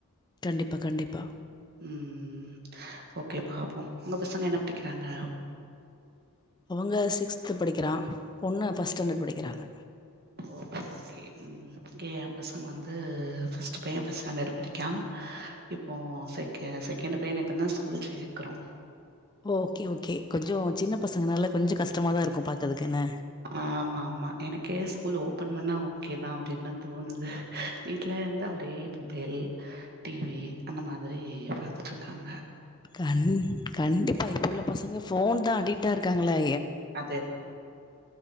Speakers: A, on the left; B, on the right.
A: கண்டிப்பா கண்டிப்பா
B: ம் ஓகே பாபோம் உங்க பசங்க என்ன படிக்கிறாங்க
A: அவங்க சிக்ஸ்து படிக்கிறா பொண்ணு ஃபஸ்ட் ஸ்டாண்டர்ட் படிக்கிறாங்க
B: ஓகே ஓகே எபசங்க வந்து பஸ்டு பைய பாஸ்டாண்டடு படிகா இப்போ செகே செகண்டு பைய இப்பனா ஸ்கூல் சேக்கூரோ
A: ஓகே ஓகே கொஞ்சம் சின்ன பசங்கனால கொஞ்சம் கஷ்டமா தான் இருக்கும் பாகறதுக்கு என
B: ஆமா ஆமா எனக்கே ஸ்கூல் ஓபன் பண்ணா ஓகே தான் அப்படின்னு தா தோணுது வீட்ல இருந்து ஒரே மொபைல் டிவி அந்த மாதிரி பாத்துட்டு இருக்காங்க
A: கண் கண்டிப்பா இப்ப உள்ள பசங்க போன் தான் அடிட் எட்ட இருங்கலா
B: அதேதான்